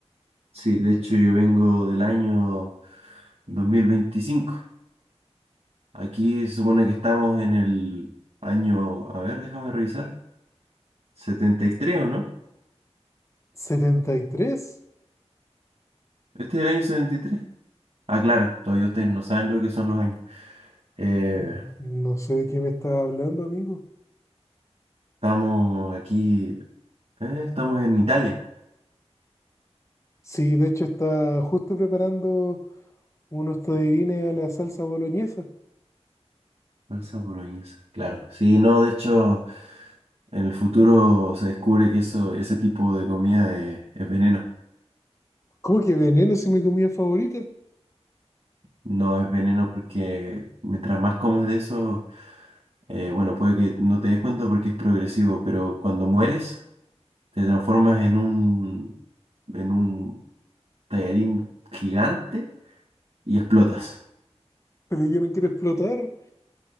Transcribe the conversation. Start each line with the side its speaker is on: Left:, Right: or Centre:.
Right: Sí, de hecho yo vengo del año 2025. Aquí se supone que estamos en el año, a ver, déjame revisar, setenta y tres o no?
Left: ¿73?
Right: Este es el año 73? Ah, claro, todavía ustedes no saben lo que son los años. Eh,
Left: Mm, No sé de qué me estás hablando, amigo.
Right: estamos aquí, eh, estamos en Italia.
Left: Sí, de hecho está justo preparando unos tallarines a la salsa boloñesa.
Right: Salsa boloñesa, claro. Sí, no, de hecho, en el futuro se descubre que eso, ese tipo de comida es, es veneno.
Left: ¿Cómo que veneno si mi comida favorita?
Right: No es veneno porque mientras más comes de eso, eh, bueno, puede que no te des cuenta porque es progresivo, pero cuando mueres, te transformas en un, en un tallarín gigante y explotas.
Left: Pero yo no quiero explotar.